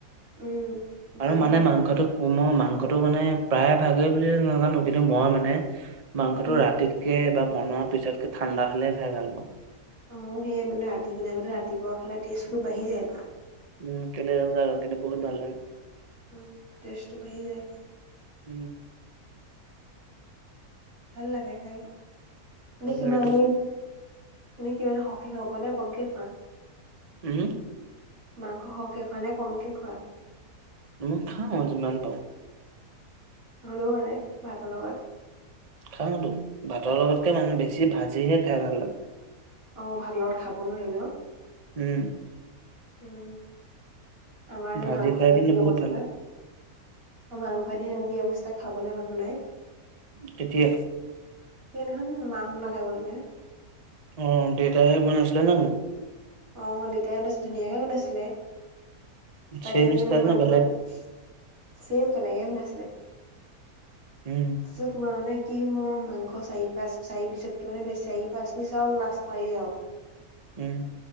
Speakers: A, on the right; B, on the right.
A: উম, গ্ৰেভি
B: আৰু মানে
A: ভাল
B: মাংসটো
A: লাগে।
B: মই মাংসটো মানে প্ৰায় ভাগেই বুলি নাজানো কিন্তু মই মানে মাংসটো
A: উম,
B: ৰাতিত কে বা বনোৱাৰ পিছতকে ঠাণ্ডা হ'লে চাই ভাল পাওঁ
A: মই সেই মানে ৰান্ধি গুনাই গলে ৰাতিপুৱা খালে টেষ্টো বাঢ়ি যায়
B: উম কি বহুত নালাগে
A: উম টেষ্ট বাঢ়ি যায়
B: উম
A: ভাল লাগে খাই
B: ভাল
A: এ সমানেই
B: লাগেতো
A: এনে কি এ <inaudible> সহে খ পোৱা নে গমকে খোৱা
B: উম সম
A: মাংসক এ ঘ নাই কমকে ঘৰত
B: মই খাওঁজমান পওঁ
A: হ'লও মানে ভাতৰ লগত
B: খাওঁতো ভাতৰ লগতকে মানুহ বেছি ভাজিহে খাই ভাল লাগে
A: অ ভাল লগত খাব নয় এ ন
B: উম
A: উম আমাৰ সেতে
B: ভাজি
A: মাংস
B: খাই
A: আনি
B: কিন্তু
A: যি
B: বহুত
A: অৱস্থা
B: ভাল লাগে
A: মাংসহন দি অৱস্থা খাবলৈ মানুহ নাই
B: তেতিয়া
A: সেইদিনাখন মাসলা থাকল নে
B: অ দেউটাই হে বনাই আছিলল নে নাই
A: অ মানে দেউতাই ধুনীয়াকে বনাইছিলে
B: চেম
A: পাইতি মানে
B: ষ্টাইল
A: মোৰ মাংসত
B: নে বেলেগ
A: চেম তেনেকে শ নাছিলে
B: উম
A: পিছত তোমাৰ কি মোৰ মাংস চাৰি পাঁচ চাৰি পিছতকে মানে বেচাৰি পাঁচ পিছ আৰু লাষ্ট পায় আৰু
B: উম